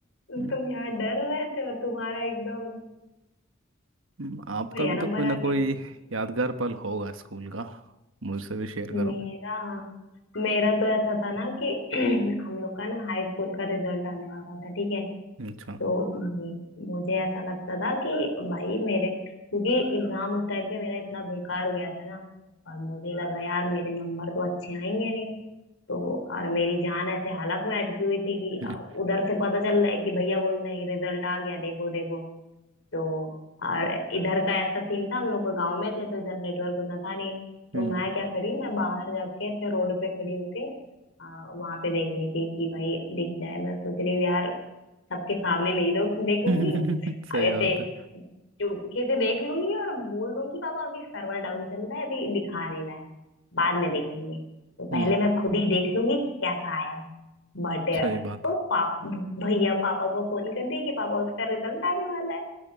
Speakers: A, on the right; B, on the left.
A: हम्म,
B: तुम यहाँ डर रहे थे और तुम्हारा एकदम
A: हम्म, आपका
B: बढ़िया
A: भी
B: नंबर
A: तो कोई ना
B: आ गए
A: कोई यादगार पल होगा स्कूल का मुझसे भी शेयर
B: मेरा
A: करो
B: मेरा तो ऐसा था ना कि <clears throat> हम लोग का ना हाई स्कूल का रिजल्ट आने वाला था ठीक है
A: अच्छा
B: तो म- मुझे ऐसा लगता था कि भाई मेरे क्योंकि एग्जाम उस टाइम पे मेरा इतना बेकार गया था ना और मुझे लगा यार मेरे नंबर तो अच्छे आएंगे नहीं तो और मेरी जान ऐसे हालत में अटकी हुई थी कि
A: <laughs> हम्म
B: उधर से पता चल रहा है कि भैया बोल रहे हैं रिजल्ट आ गया देखो देखो तो और इधर का ऐसा सीन था हम लोग गांव में थे तो इधर नेटवर्क उतना था नहीं तो
A: हम्म,
B: मैं क्या करी मैं बाहर जाके ऐसे रोड पे खड़ी होके आ, वहां पे देख रही थी कि भाई दिख जाए मैं सोच रही हूँ यार सबके सामने नहीं दो देखूंगी
A: <laughs> सही
B: आगे
A: बात
B: से
A: है
B: चुपके से देख लूंगी और बोल दूंगी पापा अभी सर्वर डाउन चल रहा है अभी दिखा नहीं रहा है बाद में देखेंगे तो
A: हम्म
B: पहले मैं खुद ही देख लूंगी कि कैसा आया है बट
A: सही बात
B: तो
A: है
B: पाप भैया पापा को फोन कर दिए कि पापा उसका रिजल्ट आने वाला है